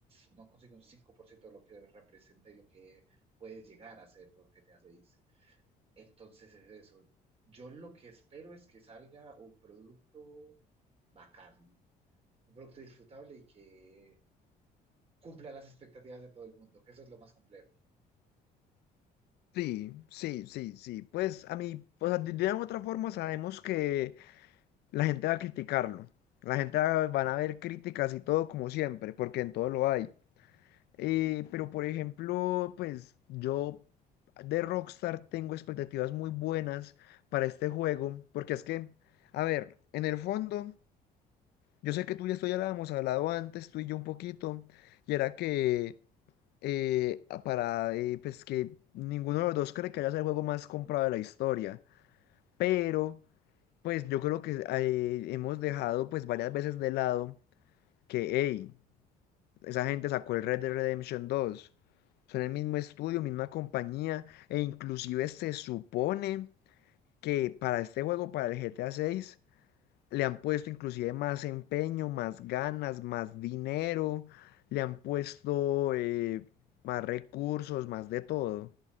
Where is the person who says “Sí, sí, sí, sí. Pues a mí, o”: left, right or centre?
Left